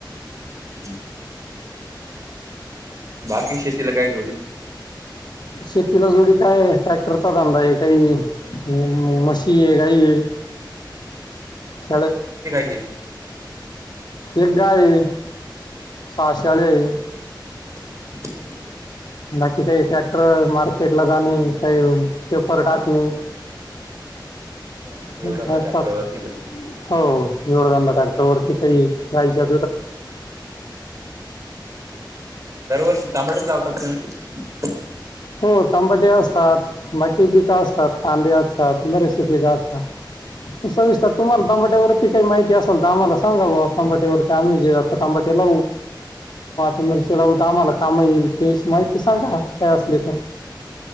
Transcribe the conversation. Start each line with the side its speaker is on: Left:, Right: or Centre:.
Right: <unintelligible> बाकी शेतीला काय जोडी.
Left: शेतीला जोडी काय ट्रॅक्टरचा धांंदा आहे काही म्हशी आहे गायी आहे, <inaudible>
Right: किती गाय आहे.
Left: एक गाय आहे सहा शेळ्या आहेत.
Right: <unintelligible>
Left: बाकी काही ट्रॅक्टर मार्केटला जाणे, काही पेपर
Right: हा
Left: टाचणी.
Right: जोडधंदा
Left: <unintelligible>
Right: ट्रॅक्टरवरती
Left: हो जोडधंदा टाकला वरती, हे गाईच्या
Right: दरवर्षी ताबाटच लावतात तुम्ही?
Left: हो तंबाटी असतात मठी पिके असतात कांदे असतात बरेसे पिके असतात. सविस्तर तुम्हाला तबट्या वरती काही माहिती असेल तर आम्हाला सांगाव तांबटीवरती आम्ही जेवतो तांबटे लावू. मिरचेलावत आम्हाला काम येईल ते माहिती सांगा काय असले तर,